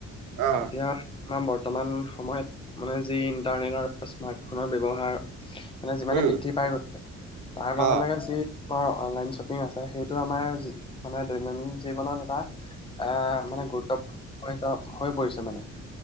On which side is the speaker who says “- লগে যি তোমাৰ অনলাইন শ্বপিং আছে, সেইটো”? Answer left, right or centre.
Left